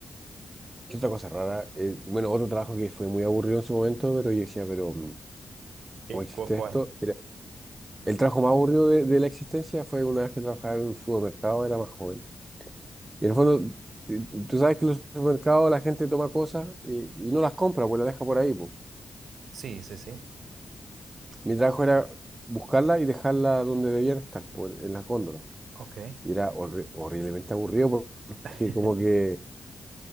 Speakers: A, on the right (about 25°); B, on the right (about 75°).
A: ¿qué otra cosa rara? Eh, bueno, otro trabajo que fue muy aburrido en su momento, pero yo decía, pero. mm,
B: ¿Qué,
A: ¿Cómo existe
B: cu- cuál?
A: esto? El trabajo más aburrido de, de la existencia fue una vez que trabajaba en un supermercado, era más joven. Y en el fondo, t- tú sabes que en los supermercados la gente toma cosas y, y no las compra, pues las deja por ahí, pues.
B: Sí, sí, sí.
A: Mi trabajo era buscarlas y dejarlas donde debían estar, pues, en las góndolas.
B: Ok.
A: Y era horri- horriblemente aburrido porque
B: <laughs>
A: como que